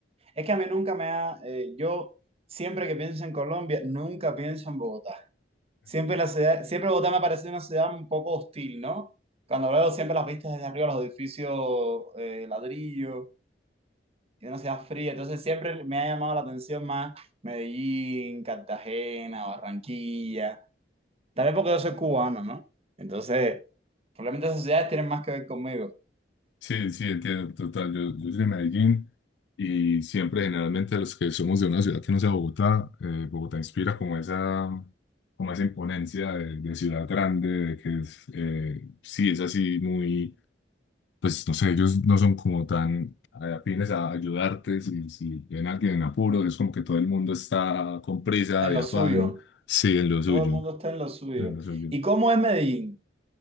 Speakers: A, on the right; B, on the left.
A: es que a mí nunca me ha, eh, yo siempre que pienso en Colombia, nunca pienso en Bogotá. Siempre la ciudad, siempre Bogotá me ha parecido una ciudad un poco hostil, ¿no? Cuando veo siempre las vistas desde arriba, los edificios eh, ladrillo, y una ciudad fría, entonces siempre me ha llamado la atención más Medellín, Cartagena, Barranquilla. También porque yo soy cubano, ¿no? Entonces, probablemente esas ciudades tienen más que ver conmigo,
B: Sí, sí, entiendo, total. Yo, yo soy de Medellín y siempre, generalmente, los que somos de una ciudad que no sea Bogotá, eh, Bogotá inspira como esa, como esa imponencia de, de ciudad grande, de que es, eh, sí, es así muy, pues no sé, ellos no son como tan eh, afines a ayudarte. Si, si ven a alguien en apuro, es como que todo el mundo está con prisa,
A: en
B: de
A: lo
B: afán,
A: suyo.
B: sí, en lo suyo,
A: Todo el mundo está en lo suyo.
B: en lo suyo.
A: ¿Y cómo es Medellín?